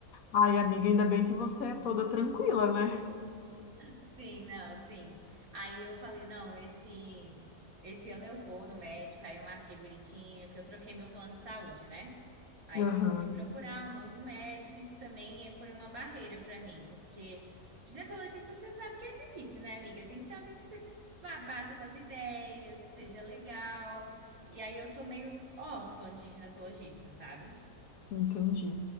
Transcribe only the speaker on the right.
Sim, não, sim. Aí eu falei, não, esse, esse ano eu vou no médico. Aí eu marquei bonitinho, que eu troquei meu plano de saúde, né? Aí
tive que procurar um novo médico. Isso também eh, foi uma barreira para mim, porque ginecologista você sabe que é difícil, né, amiga? Tem que ser alguém que você vá- bata com as ideias, que seja legal. E aí eu tô meio órfã de ginecologista, sabe?